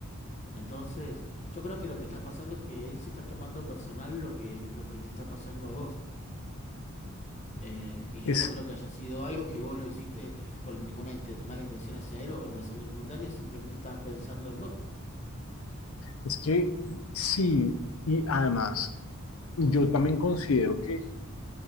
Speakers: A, on the left; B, on the left.
A: Entonces, yo creo que lo que está pasando es que él se está tomando personal lo que, lo que te está pasando a vos. Eh, y yo
B: <laughs> es,
A: no creo que haya sido algo que vos lo hiciste con ninguna inte- mala intención hacia él o de hacerle ningún daño, simplemente estabas pensando en vos,
B: es que sí, y además, yo también considero que